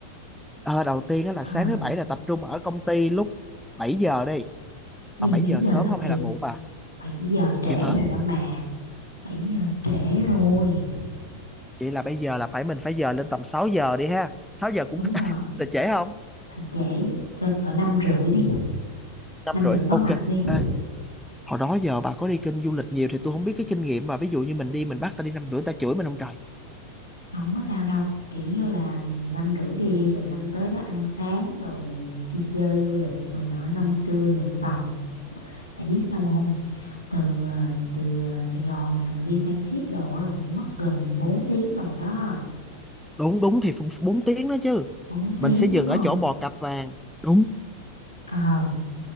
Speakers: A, in the centre; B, on the right.
A: Ờ, đầu tiên á là
B: à,
A: sáng thứ bảy là tập trung ở công ty lúc 7 giờ đi
B: gì
A: tầm 7
B: 7
A: giờ
B: giờ
A: sớm
B: sao
A: không
B: kịp
A: hay là muộn bà
B: bảy giờ trễ
A: kịp hả
B: rồi đó mà 7 giờ trễ rồi
A: vậy là bây giờ là phải mình phải giờ lên tầm 6 giờ đi ha sáu giờ cũng
B: đúng
A: <laughs>
B: rồi
A: là trễ không
B: thời trễ á, cỡ năm rưỡi đi
A: năm
B: năm
A: rưỡi
B: rưỡi có
A: ok
B: mặt đi
A: Ê, hồi đó giờ bà có đi kênh du lịch nhiều thì tôi không biết cái kinh nghiệm mà ví dụ như mình đi mình bắt ta đi năm rưỡi ta chửi mình không trời
B: không có sao đâu kiểu như là năm rưỡi đi đi rồi xong tới đó ăn sáng rồi đi chơi du lịch rồi nọ xong trưa nhận phòng tại biết sao không từ ờ, từ ờ, Sài Gòn nè mà đi Phan Thiết đồ là cũng mất gần 4 tiếng rồi đó
A: đúng đúng thì 4 tiếng đó chứ
B: bốn
A: mình
B: tiếng
A: sẽ dừng
B: đúng không
A: ở chỗ bò cặp vàng đúng
B: ờ